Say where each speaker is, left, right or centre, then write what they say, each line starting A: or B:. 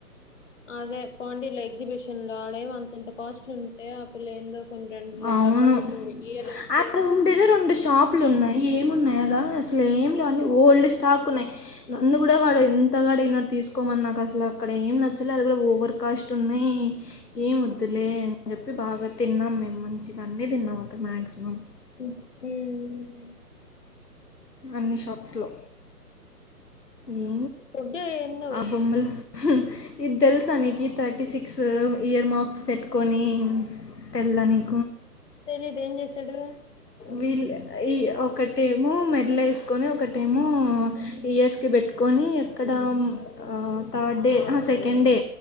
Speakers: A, on the left; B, on the left.
A: అదే పాండల ఎగ్జిబిషన్ లో ఆడే అంతంత కాస్ట్లు ఉంటే ఆ పిల్ల ఏందో కొన్ని రెండు మూడు
B: అవును
A: రకాలు తీసుకుంది ఇయర్ రింగ్స్
B: ఆడ ఉండేది రెండు షాపులు ఉన్నాయి ఏమున్నాయగా అసలు ఏం లేవీ అని ఓల్డ్ స్టాక్ ఉన్నాయి నన్న కూడా వాడు
A: ఉమ్,
B: ఎంత అడిగిన తీసుకు అసలు అక్కడ ఏం
A: ఉమ్,
B: నచ్చలే అది కూడా ఓవర్ కాస్ట్ ఉన్నాయి ఏం వద్దులే అని చెప్పి బాగా తిన్నాం మేము మంచిగా అన్నీ తిన్నాం అక్కడ మ్యాక్సిమం
A: ఉమ్, ఉమ్.
B: అన్ని షాక్స్లో ఏ
A: ఫుడ్ ఏందో
B: అబమల్ ఇది తెలుసానికి థర్టీ సిక్స్ ఇయర్ మాప్ పెట్టుకొని తెల్ళడానికి
A: తెలీదు ఏం చేసాడు
B: వీళ్ళు ఈ ఒకటేమో మెట్ లో ఏసుకోని ఒకటేమో ఇయర్స్ కి పెట్టుకని ఎక్కడ అ థర్డ్ డే ఆ సెకండ్ డే